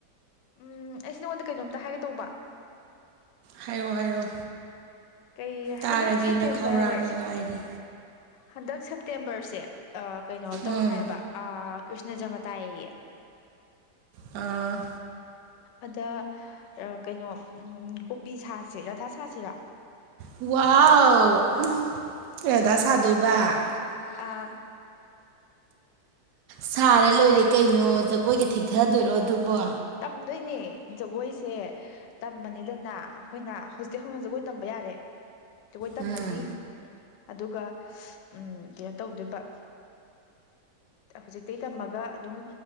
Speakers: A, on the left; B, on the right.
A: ꯎꯝ ꯑꯩꯁꯦ ꯅꯉꯣꯟꯗ ꯀꯩꯅꯣꯝꯇ ꯍꯥꯏꯒꯦ ꯇꯧꯕ
B: ꯍꯥꯏꯌꯣ ꯍꯥꯏꯔꯣ
A: ꯀꯩ
B: ꯇꯥꯔꯒꯦꯅ
A: ꯍꯟꯗꯛ ꯁꯦꯞꯇꯦꯝꯕꯔ
B: ꯈꯧꯔꯥꯡꯅ ꯉꯥꯏꯔꯤ
A: ꯍꯟꯗꯛ ꯁꯦꯞꯇꯦꯝꯕꯔꯁꯦ ꯑ ꯀꯩꯅꯣ ꯇꯧꯋꯦ
B: ꯎꯝ
A: ꯍꯥꯏꯌꯦꯕ ꯑ ꯀ꯭ꯔꯤꯁꯅ ꯖꯔꯃ ꯇꯥꯏꯌꯦꯌꯦ
B: ꯑꯥ
A: ꯑꯗ ꯑ ꯀꯩꯅꯣ ꯀꯣꯄꯤ ꯁꯥꯁꯦ ꯔꯥꯙꯥ ꯁꯥꯁꯤꯔ꯫
B: ꯋꯥꯎ ꯎꯝ ꯔꯙꯥ ꯁꯥꯗꯣꯏꯕ
A: ꯑꯥ
B: ꯁꯥꯔ ꯂꯣꯏꯔꯦ ꯀꯩꯅꯣ ꯖꯒꯣꯏꯒ ꯊꯤꯊꯗꯣꯏꯔꯣ ꯑꯗꯨꯕꯣ
A: ꯇꯝꯗꯣꯏꯅꯦ ꯖꯒꯣꯏꯁꯦ ꯇꯝꯃꯅꯤꯗꯅ ꯑꯩꯈꯣꯏꯅ ꯍꯧꯖꯤꯛ ꯍꯧꯅ ꯖꯒꯣꯏ ꯇꯝꯕ ꯌꯥꯔꯦ ꯖꯒꯣꯏ ꯇꯝꯃꯅꯤ
B: ꯎꯝ
A: ꯑꯗꯨꯒ ꯎꯝ ꯀꯌꯥ ꯇꯧꯗꯣꯏꯕ ꯍꯧꯖꯤꯛꯇꯩ ꯇꯝꯃꯒ ꯑꯗꯨꯝ